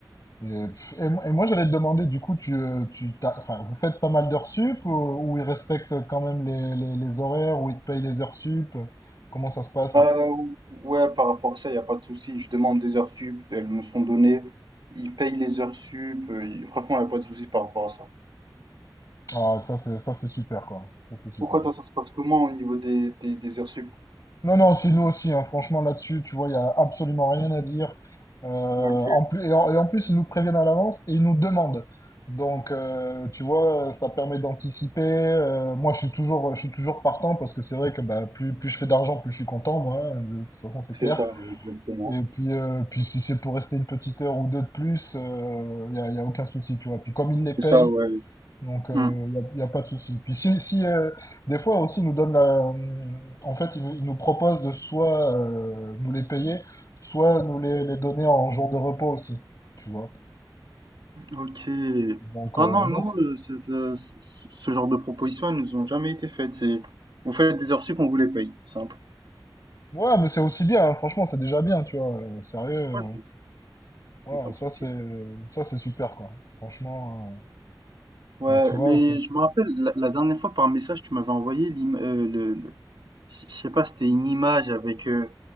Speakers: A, on the left; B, on the right.
A: euh, Et, pff, et mo- et moi, j'allais te demander, du coup, tu, euh, tu t'as- enfin, vous faites pas mal d'heures sup ou, ou ils respectent quand même les, les- les horaires, ou ils te payent les heures sup? Comment ça se passe?
B: Euh, ouais, par rapport à ça, il n'y a pas de souci. Je demande des heures sup, elles me sont données. Ils payent les heures sup. euh, y- Franchement, il n'y a pas de souci par rapport à ça.
A: Ah, ça, c'est, ça, c'est super, quoi. Ça, c'est super.
B: Pourquoi toi, ça se passe comment au niveau des, des, des heures sup?
A: Non, non, c'est nous aussi, hein. Franchement, là-dessus, tu vois, il n'y a absolument rien à dire. Euh, en
B: Ok,
A: plus, et, en, et en plus, ils nous préviennent à l'avance et ils nous demandent. Donc, euh, tu vois, ça permet d'anticiper. Euh, moi, je suis toujours, je suis toujours partant parce que c'est vrai que bah, plus, plus je fais d'argent, plus je suis content, moi. hein. De toute façon, c'est
B: c'est
A: clair.
B: ça, ouais, exactement.
A: Et puis, euh, puis si c'est pour rester une petite heure ou deux de plus, il n'y a, y a aucun souci, tu vois. Puis comme ils les
B: C'est
A: payent,
B: ça, ouais.
A: donc il
B: Hmm,
A: n'y a, y a pas de souci. Puis si, si euh, des fois aussi ils nous donnent la... euh, En fait, ils nous, ils nous proposent de soit euh, nous les payer, soit nous les, les donner en jour de repos aussi, tu vois.
B: ok.
A: Donc,
B: Ah
A: euh,
B: non,
A: donc
B: nous, euh, ce, ce- ce- ce genre de propositions, elles nous ont jamais été faites. C'est, vous faites des heures sup, on vous les paye. Simple.
A: ouais, mais c'est aussi bien, hein. Franchement, c'est déjà bien, tu vois. Euh, Sérieux,
B: Ouais,
A: euh,
B: c'est,
A: ouais,
B: y a pas
A: ça
B: de souci.
A: c'est ça c'est super, quoi. Franchement, euh,
B: Ouais,
A: bah tu vois,
B: mais je me rappelle, la, la dernière fois par message, tu m'avais envoyé l'im- euh, le, le- Je je sais pas, c'était une image avec, heu,